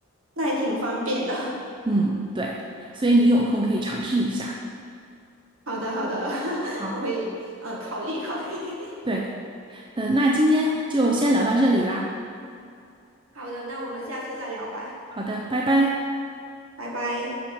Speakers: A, on the right; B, on the right.
A: 那也挺方便的。<laughs>
B: 嗯，对，所以你有空可以尝试一下。
A: 好的，好的，<laughs>
B: 好，
A: 我会嗯呃考虑考虑。<laughs>
B: 对，嗯，那今天就先聊到这里啦。
A: 好的，那我们下次再聊吧，
B: 好的，拜拜。
A: 拜拜。